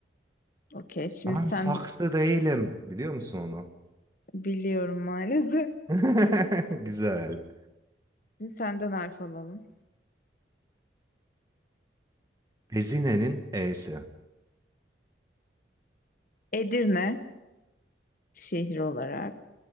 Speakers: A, on the left; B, on the right.
A: Okey. Şimdi
B: Ben
A: sen
B: saksı değilim, biliyor musun onu?
A: biliyorum maalesef.
B: <laughs> Güzel.
A: Şimdi senden harf alalım.
B: Ezine'nin E'si.
A: Edirne şehir olarak